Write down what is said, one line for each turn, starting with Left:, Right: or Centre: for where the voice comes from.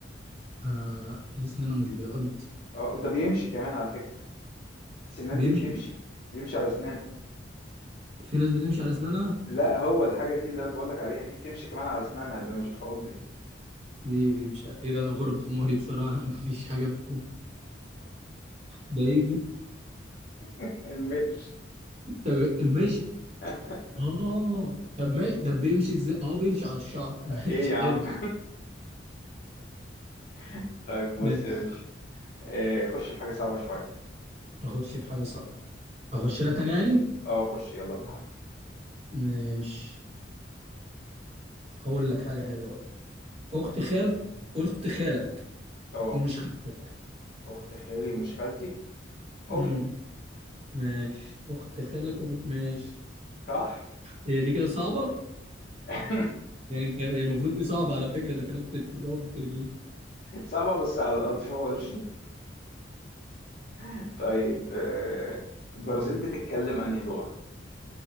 Right: آه ليه أسنانه مش بيعض
Left: اه وده بيمشي كمان على فكرة سنان
Right: بيمشي
Left: دي بتمشي بيمشي على اسنانه
Right: في ناس بتمشي على أسنانها
Left: لا هو الحاجه دي اللي انا بقول لك عليها دي بتمشي كمان على اسنانها اللي مش بتعض دي
Right: دي بيمشي على إيه ده أنا غرب حماري بصراحة أنا مفيش حاجة ب- ده يجي
Left: <laughs> المش
Right: طب المشط
Left: <laughs>
Right: آه طب ماشي ده بيمشي إزاي آه بيمشي على الشعر <laughs> ماشي
Left: ايه يا عم
Right: حلو
Left: <laughs> طيب بص
Right: ماشي
Left: يا باشا إيه خش في حاجه صعبه شويه
Right: أخش في حاجة صعبة أخش لك أنا يعني
Left: اه خش يلا من عندك
Right: ماشي هقول لك حاجة حلوة بقى أخت خالك أخت خالك
Left: اه
Right: ومش خالتك
Left: اخت خالي ومش خالتي
Right: امم
Left: امي
Right: ماشي أخت خالك ومش ماشي
Left: صح
Right: هي دي كده صعبة
Left: <laughs>
Right: يعني أنت هي المفروض دي صعبة على فكرة ده في ناس بتتطور بال...
Left: صعبه بس على الاطفال <laughs> طيب آه، البرازيل بتتكلم انهي لغه